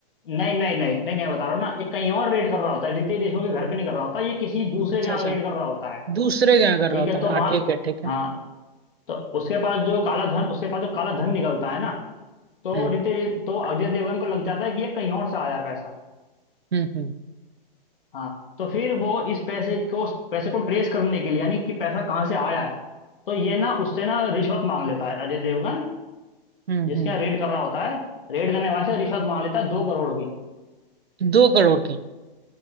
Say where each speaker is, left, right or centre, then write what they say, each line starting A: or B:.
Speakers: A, on the left; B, on the right.
A: नहीं नहीं नहीं नहीं नहीं बता रहा हूँ ना ये कहीं और रेड कर रहा होता है रितेश देशमुख के घर पे नहीं कर रहा होता ये किसी दूसरे
B: अच्छा
A: के यहाँ
B: अच्छा
A: रेड कर रहा होता है
B: दूसरे के यहाँ कर
A: ठीक
B: रहा होता
A: है
B: है
A: तो
B: हाँ
A: वहाँ
B: ठीक है ठीक है
A: हाँ तो उसके पास जो काला धन उसके पास जो काला धन निकलता है ना तो
B: हम्म
A: रितेश तो अजय देवगन को लग जाता है कि ये कहीं और से आया है पैसा
B: हम्म हम्म
A: हाँ तो फिर वो इस पैसे को पैसे को ट्रेस करने के लिए यानी कि पैसा कहाँ से आया है तो ये ना उससे ना रिश्वत मांग लेता है अजय देवगन
B: हम्म
A: जिसके
B: हम्म
A: यहाँ रेड कर रहा होता है रेड करने वाले से रिश्वत मांग लेता है दो करोड़ की
B: दो करोड़ की